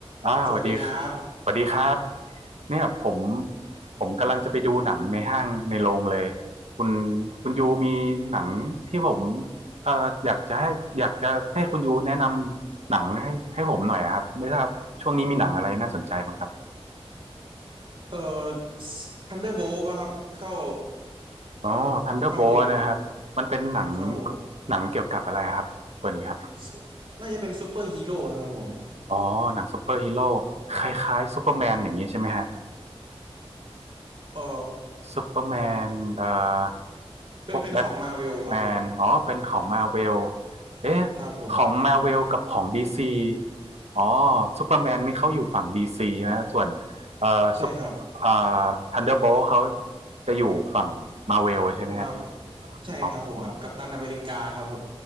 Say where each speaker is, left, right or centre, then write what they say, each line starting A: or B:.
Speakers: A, on the right; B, on the right.
A: อ่าสวัสดีค่ะสวัสดีครับ
B: สวัสดีครับ
A: เนี่ยผมผมกำลังจะไปดูหนังในห้างในโรงเลยคุณคุณยูมีหนังที่ผมเอ่ออยากจะให้อยากจะให้คุณยูแนะนำหนังให้ให้ผมหน่อยครับไม่ทราบช่วงนี้มีหนังอะไรน่าสนใจบ้างครับ
B: เอ่อทันเดอร์โบลป่ะครับเข้า
A: อ๋อ Thunderbolt
B: เข้าลง
A: นะครับมันเป็นหนัง
B: ครับผม
A: หนังเกี่ยวกับอะไรครับตัวนี้ครับ
B: ซุปน่าจะเป็นซูเปอร์ฮีโร่นะครับผม
A: อ๋อหนังซูเปอร์ฮีโร่คล้ายๆซูเปอร์แมนอย่างนี้ใช่ไหมฮะ
B: เอ่อ
A: ซูเปอร์แมนเอ่อ
B: เป็นเป็นของมาเวลครับผม
A: พวกแบทแมนอ๋อเป็นของมาเวลเอ๊ะ
B: ครับผม
A: ของมาเวลกับของดีซีอ๋อซูเปอร์แมนนี่เขาอยู่ฝั่งดีซีนะส่วนเอ่อซุป
B: ใช่ครับ
A: เอ่อทันเดอร์โบลเขาจะอยู่ฝั่งมาเวลใช่ไหมฮะ
B: มาใช่ครับผมอัพกัปตันอเมริกาครับผม
A: อ๋อ